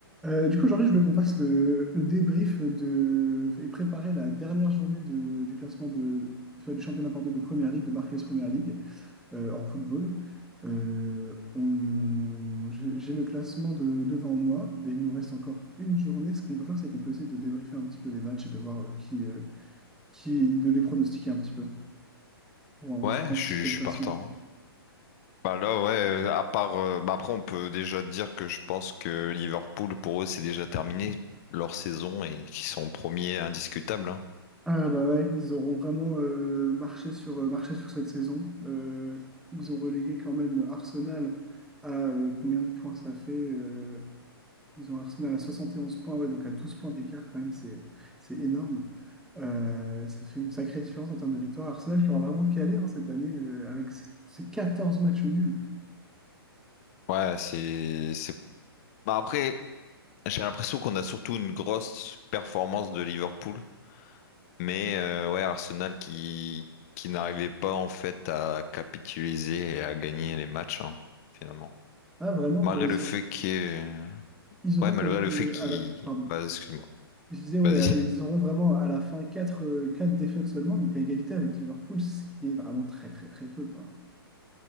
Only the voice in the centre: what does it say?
Euh, du coup, aujourd'hui, je veux qu'on fasse le, le débrief de, et préparer la dernière journée de- du classement de, enfin, du championnat pardon, de Première Ligue, de Barclays Première League euh, en football. Euh, on- j'ai j'ai le classement de- devant moi et il nous reste encore une journée. Ce qu'on peut faire, c'est qu'on peut essayer de débriefer un petit peu les matchs et de voir euh, qui, euh, qui de les pronostiquer un petit peu pour ensuite
anticiper
le
classement.
Ah bah ouais, ils auront vraiment euh, marché sur, euh, marché sur cette saison. Euh, ils ont relégué quand même Arsenal à euh, combien de points ça fait? euh, ils ont Arsenal à 71 points, ouais, donc à 12 points d'écart quand même, c'est, c'est énorme. Euh, ça fait une sacrée différence en termes de victoire. Arsenal qui aura vraiment calé hein, cette année euh, avec ses, ses 14 matchs nuls.
Ah vraiment,
bah, ils,
ont-
ils auront
comme...
euh,
alors, pardon.
Je disais, ouais,
euh, et ils auront vraiment à la fin quatre euh, 4 défaites seulement, donc à égalité avec Liverpool, ce qui est vraiment très très très peu, quoi.